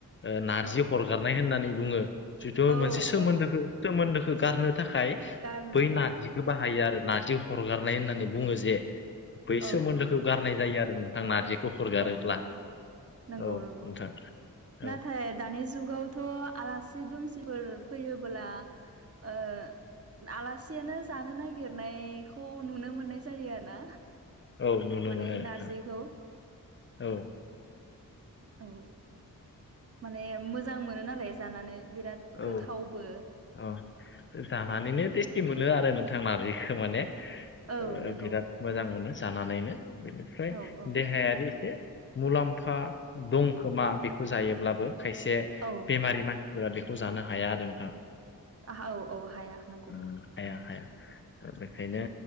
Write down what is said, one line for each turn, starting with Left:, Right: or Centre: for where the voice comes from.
Left: ओ नार्जि
Right: औ
Left: हरगारनाय होननानै बुङो। जिहुथु
Right: औ
Left: मोनसे सोमोन्दोखौ
Right: औ
Left: सोमोन्दोखौ गारनो थाखाय
Right: गारनाय
Left: बै नारजिखौ
Right: औ
Left: बाहायो आरो नारजि हरगारनाय होननानै बुङो जे बै सोमोन्दोखौ
Right: औ औ
Left: गारनाय जायो आरो नोंथां नारजि दखरगारोब्ला
Right: औ नोंथां नंगौ
Left: औ नोंथां
Right: नंगौ नाथाय
Left: औ
Right: दानि जुगावथ' आलासि दुमसिफोर फैयोब्ला ओ आलासियानो जानो नागिरनायखौ नुनो मोननाय जायो आरो ना।
Left: औ नुनो
Right: माने
Left: मोनो नोंथां
Right: नारजिखौ
Left: औ
Right: औ माने मोजां मोनो नालाय जानानै बिराद
Left: औ
Right: गोथावबो
Left: औ जानानैनो
Right: बेखौनो
Left: <unintelligible> मोनो आरो नोंथां नारजिखौ माने
Right: औ
Left: ओ
Right: नंगौ
Left: बिराद मोजां मोनो जानानैनो बेनिफ्राय
Right: औ औ
Left: देहायारि मुलाम्फा दंखोमा बेखौ जायोब्लाबो खायसे
Right: औ
Left: बेमारि मान नारजिखौ जानो हाया आरो नोंथां।
Right: औ औ हाया नंगौ
Left: उम हाया हाया दा बेखायनो